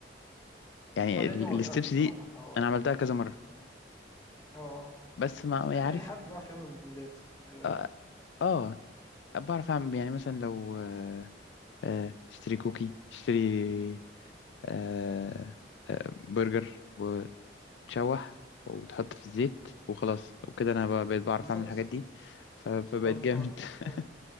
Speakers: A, on the left; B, on the left.
A: يعني
B: آه، لأن
A: ال-
B: هو
A: الستبس
B: سهل الصراحة
A: دي
B: آه
A: انا عملتها كذا مرة
B: آه
A: بس ما ما
B: لا،
A: يعرف
B: أي حد بيعرف يعمل مجمدات أيوه أيوه
A: اه آه، بعرف اعمل يعني مثلا لو آه، آه، اشتري كوكي اشتري آه، آه، برجر وتشوح وتحط في الزيت وخلاص وكده انا بقى- بقيت بعرف
B: بالظبط
A: اعمل الحاجات دي ف- فبقيت
B: ضمن
A: جامد
B: فعلا
A: <laughs>
B: أيوه